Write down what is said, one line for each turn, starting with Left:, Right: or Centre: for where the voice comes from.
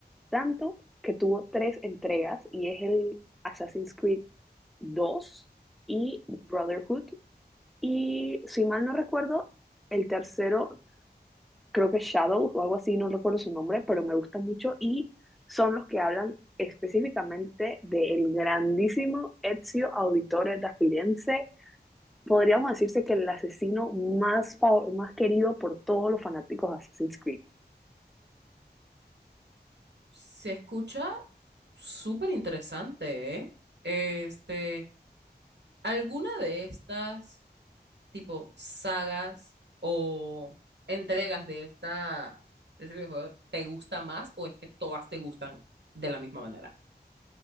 Centre: Tanto que tuvo tres entregas y es el Assassin's Creed 2 y Brotherhood. Y si mal no recuerdo, el tercero creo que Shadows o algo así, no recuerdo su nombre, pero me gusta mucho y son los que hablan específicamente del grandísimo Ezio Auditore da Firenze. Podríamos decirse que el asesino más, fav- más querido por todos los fanáticos de Assassin's Creed.
Right: Se escucha súper interesante, ¿eh? Este, ¿alguna de estas tipo sagas o entregas de esta de este videojuego te gusta más o es que todas te gustan de la misma manera?